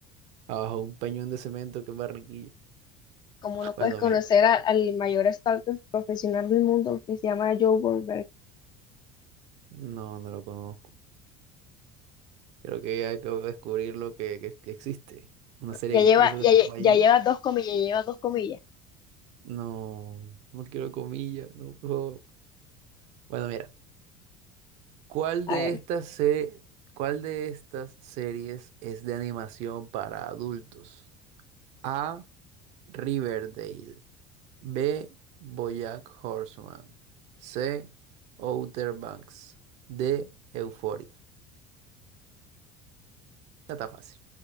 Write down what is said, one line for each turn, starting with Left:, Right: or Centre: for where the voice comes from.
Right: Abajo un peñón de cemento que es Barranquilla.
Left: como no puedes
Right: Bueno,
Left: conocer
Right: mira.
Left: a- al mayor stalker profesional del mundo que se llama Joe Goldberg.
Right: No, no lo conozco. Creo que acabo de descubrir lo que, que, que existe. Una serie
Left: Ya lleva,
Right: que incluso
Left: ya,
Right: que se llama
Left: ya
Right: You.
Left: lleva dos comillas, ya lleva dos comillas.
Right: No, no quiero comillas, no, por favor. Bueno, mira. ¿Cuál
Left: A
Right: de
Left: ver.
Right: estas se- cuál de estas series es de animación para adultos? A. Riverdale. B. BoJack Horseman. C. Outer Banks. D. Euphoria. Ya está fácil.